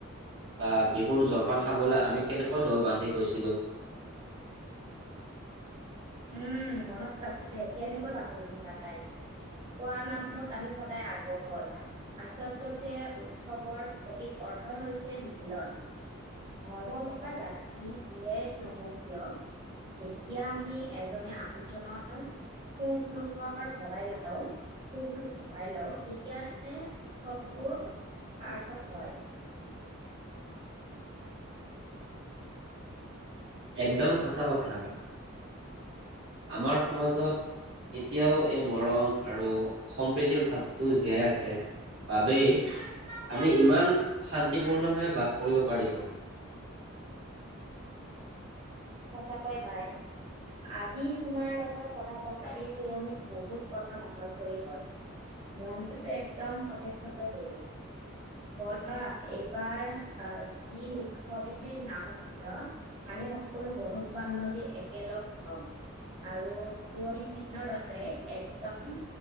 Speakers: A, on the right; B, on the right.
A: বা বিহুৰ জলপান খাবলৈ আমি কেনেকৈ দল বান্ধি গৈছিলো।
B: উম মনত আছে কেনেকৈ পাহৰিম ভাই খোৱাৰ নামত আমি সদায় আগত আচলতে উৎসৱৰ প্ৰকৃত অৰ্থই হৈছে মিলন। ধৰ্ম বা জাতি যিয়েই নহওঁক কিয় যেতিয়া আমি এজনে আনজনৰ সুখ দুখৰ ভাগ হওঁ, সুখ দুখ ভগাই লওঁ তেতিয়াহে উৎসৱবোৰ সাৰ্থক হয়।
A: একদম সঁচা কথা।
B: হয়নে
A: আমাৰ সমাজত এতিয়াও এই মৰম আৰু সম্প্ৰীতিৰ ভাৱটো জীয়াই আছে বাবেই আমি ইমান শান্তিপূৰ্ণভাৱে বাস কৰিব পাৰিছো।
B: সঁচাকৈ ভাই আজি তোমাৰ লগত কথা পাতি পুৰণি বহুত কথা মনত পৰি গ'ল মনটো একদম সতেজ হৈ পৰিল। ব'লা এইবাৰ যি উৎসৱেই নাহক কিয় আমি সকলো বন্ধু বান্ধৱী একেলগ হ'ম আৰু পুৰণি দিনৰ দৰে একদম